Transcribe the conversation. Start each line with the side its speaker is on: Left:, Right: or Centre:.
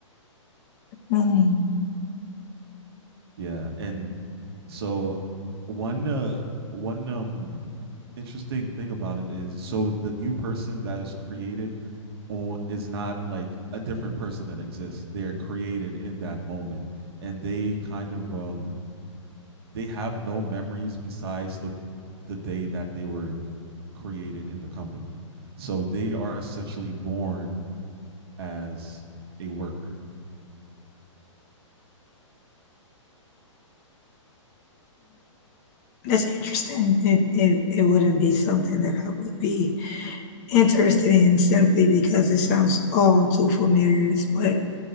Left: Mm.
Right: Yeah, and so one uh, one um interesting thing about it is so the new person that is created or is not like a different person that exists. They're created in that moment and they kind of um they have no memories besides the the day that they were created in the company. So they are essentially born as a worker
Left: That's interesting. It, it it wouldn't be something that I would be interested in simply because it sounds all too familiar. It's what